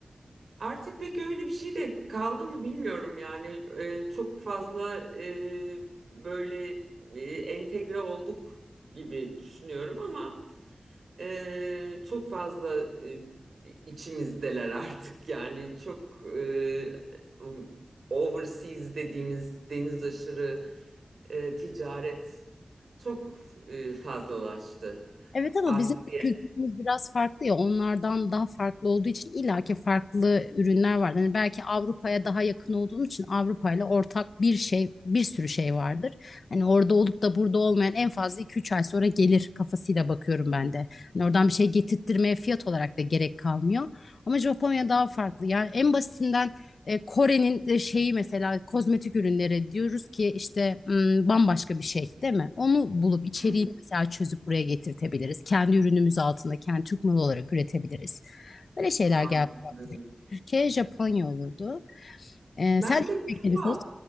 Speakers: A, on the right (about 80°); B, on the left (about 80°).
A: Artık pek öyle bir şey de kaldı mı bilmiyorum yani Ee, çok fazla e, böyle e, entegre olduk gibi düşünüyorum ama e, çok fazla e, içimizdeler artık yani çok e, um, overseas dediğimiz deniz aşırı e, ticaret çok e, fazlalaştı
B: Evet ama
A: arttı
B: bizim de kültürümüz biraz farklı ya onlardan daha farklı olduğu için illaki farklı ürünler var. Hani belki Avrupa'ya daha yakın olduğum için Avrupa ile ortak bir şey bir sürü şey vardır. Hani orada olup da burada olmayan en fazla iki üç ay sonra gelir kafasıyla bakıyorum ben de. Hani oradan bir şey getirttirmeye fiyat olarak da gerek kalmıyor. Ama Japonya daha farklı. Yani en basitinden e, Kore'nin de şeyi mesela kozmetik ürünleri diyoruz ki işte m, bambaşka bir şey değil mi? Onu bulup içeriği
A: yani
B: mesela çözüp buraya getirtebiliriz. Kendi ürünümüz altında kendi Türk malı olarak üretebiliriz. Böyle şeyler
A: anladım.
B: geldi. Türkiye, Japonya olurdu. E,
A: Ben
B: sen
A: de Küba,
B: ilk seç.